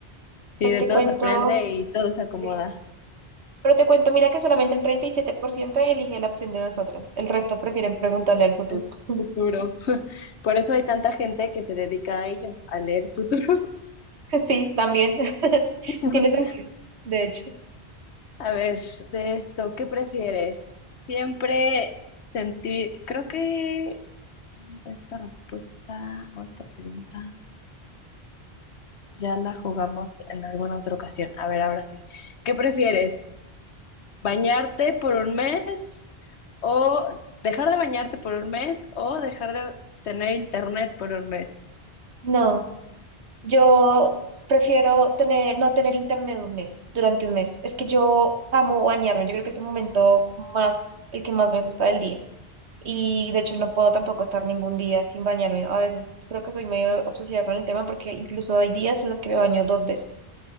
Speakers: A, on the left; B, on the right.
A: sí,
B: Pues
A: de
B: te
A: todo
B: cuento,
A: se aprende y todo se acomoda.
B: sí. Pero te cuento, mira que solamente el 37% elige la opción de nosotras. El resto prefieren preguntarle al futuro.
A: el
B: <laughs>
A: futuro. Por eso hay tanta gente que se dedica a ello, a leer futuro.
B: Sí, también. <laughs>
A: <laughs>
B: Tiene sentido, de hecho.
A: A ver, de esto, ¿qué prefieres? Siempre sentir, creo que esta respuesta o esta pregunta ya la jugamos en alguna otra ocasión. A ver, ahora sí. ¿Qué prefieres? ¿Bañarte por un mes o dejar de bañarte por un mes o dejar de tener internet por un mes?
B: No. Yo s- prefiero tener, no tener internet un mes, durante un mes. Es que yo amo bañarme. Yo creo que es el momento más, el que más me gusta del día. Y de hecho no puedo tampoco estar ningún día sin bañarme. A veces creo que soy medio obsesiva con el tema porque incluso hay días en los que me baño dos veces.